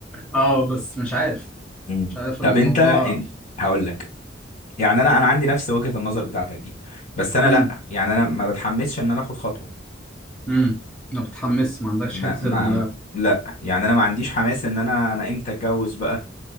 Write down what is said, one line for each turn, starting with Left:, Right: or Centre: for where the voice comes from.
Centre: اه بس مش عارف
Left: مم.
Centre: مش عارف
Left: طب
Centre: الموضوع
Left: انت ان... هقول لك يعني انا انا عندي نفس وجهة النظر بتاعتك دي بس انا
Centre: امم
Left: لا يعني انا ما بتحمسش ان انا اخد خطوة
Centre: امم ما بتحمس ما عندكش
Left: ما
Centre: حته
Left: ما
Centre: ال
Left: لا يعني انا ما عنديش حماس ان انا انا امتى اتجوز بقى